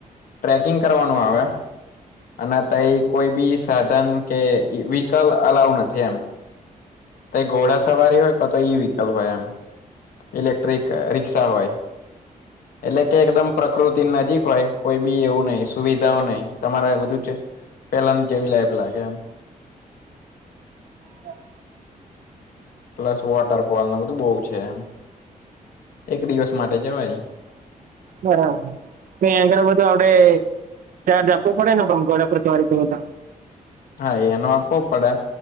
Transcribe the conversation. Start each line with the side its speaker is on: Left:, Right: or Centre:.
Left: ટ્રેકિંગ કરવાનું નુ આવે અને તઈ કોઈ બી સાધન કે વ્હીકલ અલાવ નથી એમ ત ઘોડા સવારી હોય ક તો ય વિકલ હોય એમ ઇલેક્ટ્રિક રિકષા હોય એટલે કે એકદમ પ્રકૃતિ નજીક હોય કોઈ બી એવું નહ સુવિધા નહી તમારે બધું છે પેલાની જેવી લાઈફ લાગે એમ
Right: હા
Left: પ્લસ વોટરફોલ ન બધ ું બહુ છે એમ એક દિવસ માટે જવાય
Right: બરાબરં ઘળ બધું આપડે ચાર્જ આપવો પડેને પણ ઘોડા પર સવારી કરું તો
Left: હા એનો આપવો પડે